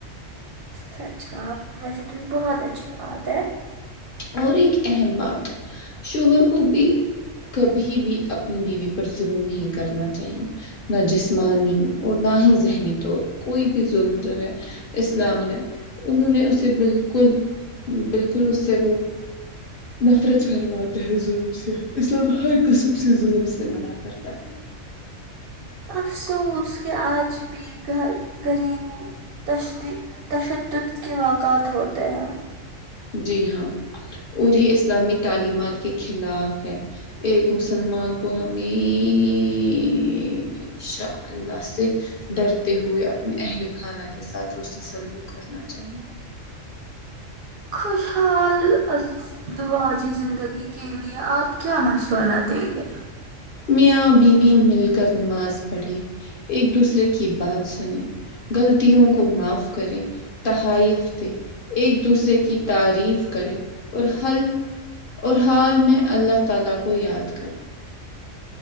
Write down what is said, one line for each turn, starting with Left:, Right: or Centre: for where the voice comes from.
Right: سچ کہا ویسے تو یہ بہت اچھی بات ہے
Left: اور ایک اہم بات شوہر کو بھی کبھی بھی اپنی بیوی پر ظلم نہیں کرنا چاہیے نہ جسمانی اور نہ ہی ذہنی طور کوئی بھی ظلم جو ہے اسلام میں انہوں نے اسے بالکل بالکل اس سے وہ نفرت فرماتے ہیں ظلم سے اسلام ہر قسم سے ظلم سے منع کرتا ہے
Right: افسوس کہ آج بھی گھر گھریلو تش تشدد کے واقعات ہوتے ہیں
Left: جی ہاں اور یہ اسلامی تعلیمات کے خلاف ہے ایک مسلمان کو ہمیییشہ اللہ سے ڈرتے ہوئے اپنے اہل خانہ کے ساتھ حسن سلوک کرنا چاہیے
Right: خوشحال دعاجی زندگی کے لیے آپ کیا مشورہ دیں گے
Left: میاں بیوی مل کر نماز پڑھی ایک دوسرے کی بات سنی غلطیوں کو معاف کریں تحائف دے ایک دوسرے کی تعریف کرے اور حل اور حال میں اللہ تعالی کو یاد کرے